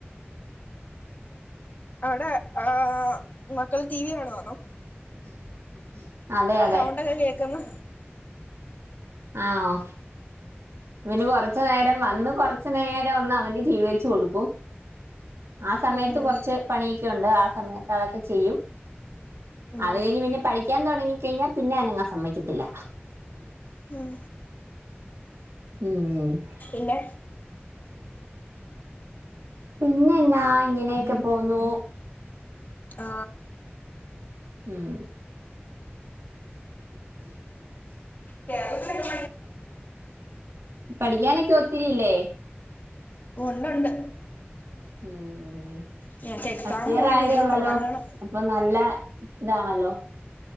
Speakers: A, on the left; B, on the right.
A: അവിടെ ആഹ് മക്കള് ടി വി കാണുവാണോ
B: <inaudible> അതെ അതെ
A: സൗണ്ടൊക്കെ കേക്ക്ന്ന്
B: ആണോ ഇവന് കൊറച്ചു നേരം വന്ന് കൊറച്ചു നേരം ഒന്ന് അവന് ടി വി വെച്ച് കൊടുക്കും ആ സമയത്ത്
A: ഉം
B: കൊറച്ച് പണിയൊക്കെ ഉണ്ട് ആ സമയത്ത് അതൊക്കെ ചെയ്യും
A: ഉം
B: അത് കഴിഞ്ഞ് പിന്നെ പഠിക്കാൻ തുടങ്ങി കഴിഞ്ഞാ പിന്നെ അനങ്ങാൻ സമ്മതിക്കത്തില്ല
A: ഉം
B: ഉം
A: പിന്നെ
B: പിന്നെ എന്നാ ഇങ്ങനെക്കെ പോന്നു
A: ആ
B: ഉം <inaudible>
A: കേരളത്തിലെക്കെ
B: പഠിക്കാനൊക്കെ ഒത്തിരിയില്ലേ
A: ഒണ്ട് ഒണ്ട്
B: ഉം ഉം
A: ഞങ്ങക്ക് എക്സാമുമാണ്
B: ഫസ്റ്റ് ഇയർ ആയതേ
A: ഇനി
B: ഒള്ളല്ലോ
A: തുടങ്ങണം
B: അപ്പൊ നല്ല ഇതാണല്ലോ